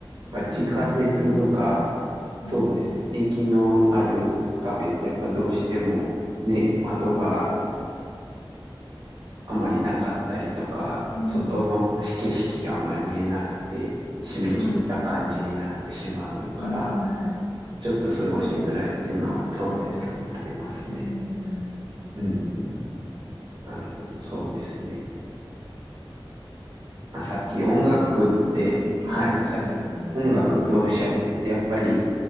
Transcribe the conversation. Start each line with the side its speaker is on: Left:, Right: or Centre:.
Left: いいかなと思いますね。
Right: まあ、地下鉄とか、
Left: うん、
Right: そうですね。駅のあるカフェってやっぱどうしてもね、窓があまりなかったりとか、
Left: うん、
Right: 外の景色があんまり見えなくて、締め切った感じになってしまうから、
Left: はい、うん、
Right: ちょっと過ごしづらいっていうのはそうですね。
Left: そうですね。うん、
Right: ありますね。
Left: うん。
Right: うん、うん。なるほど。そうですね。まあ、さっき音楽って、
Left: 他に何か、はい。
Right: はい、
Left: えーあ、そうですね。
Right: さっき音楽っておっしゃってて、
Left: うんうん。
Right: やっぱり